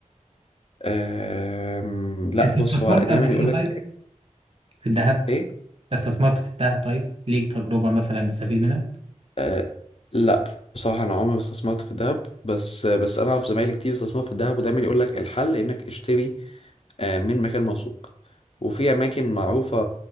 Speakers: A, on the left; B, on the right.
A: أم... لا
B: انت
A: بص
B: استثمرت
A: هو دايما
B: قبل كده
A: يقول لك
B: طيب في الذهب
A: ايه
B: استثمرت في الذهب طيب ليك تجربه مثلا تستفيد منها
A: أه... لا بصراحة أنا عمري ما استثمرت في الذهب بس بس أنا أعرف زمايلي كتير استثمروا في الذهب ودايما يقول لك الحل إنك اشتري آه، من مكان موثوق وفي أماكن معروفة